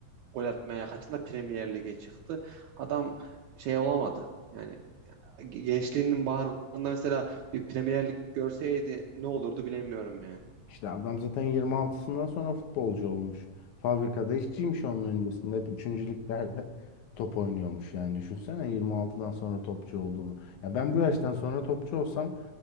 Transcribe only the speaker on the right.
gol atmaya kaçında Premier Lig'e çıktı. Adam şey olamadı. Yani gençliğinin baharında mesela bir Premier Lig görseydi ne olurdu bilemiyorum yani.